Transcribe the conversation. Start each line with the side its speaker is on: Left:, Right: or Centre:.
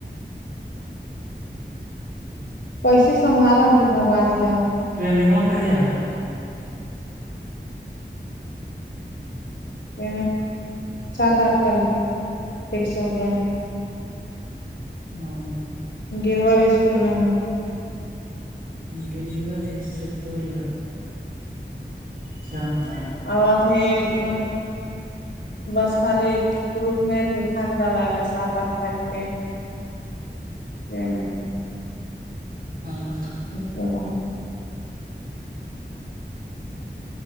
Left: پیسے سمھارتے بگوان جان
Right: ٹرینگوں کریے ہیں
Left: ا سات آٹھ تاریخ ایک سو بیارے
Right: ہاں
Left: گروار اسکول میں ہے
Right: گریب ر سکول اچ ہاں ہاں
Left: اور ا تھھی ا بس خالی گروپ میں لکھا کر ڈ ل گا سات آٹھ تاریخ کے ا نہیں
Right: ہاں ہاں
Left: ج